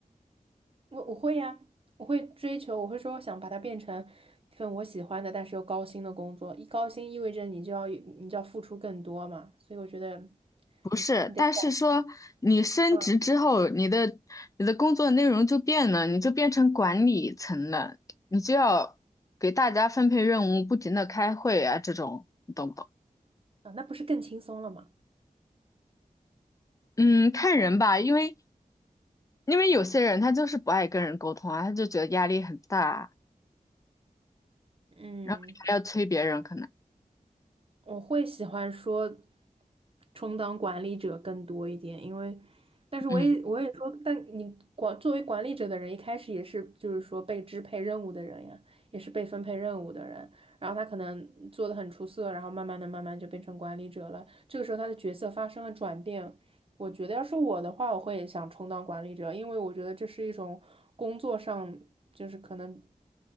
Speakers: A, on the right (about 40°); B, on the left (about 25°).
A: 我我会呀，我会追求，我会说想把它变成一份我喜欢的，但是又高薪的工作。一高薪意味着你就要你就要付出更多嘛，所以我觉得
B: 不是，
A: 你得改，
B: 但是说你升职之后，
A: 嗯，
B: 你的你的工作内容就变了，你就变成管理层了，你就要给大家分配任务，不停的开会啊，这种你懂不懂？
A: 啊，那不是更轻松了吗？
B: 嗯，看人吧，因为因为有些人他就是不爱跟人沟通啊，他就觉得压力很大啊，
A: 嗯，
B: 然后你还要催别人，可能，
A: 我会喜欢说充当管理者更多一点，因为，但是我也我也说，
B: 嗯
A: 但你管作为管理者的人，一开始也是就是说被支配任务的人呀，也是被分配任务的人，然后他可能做的很出色，然后慢慢的慢慢就变成管理者了，这个时候他的角色发生了转变，我觉得要是我的话，我会想充当管理者，因为我觉得这是一种工作上就是可能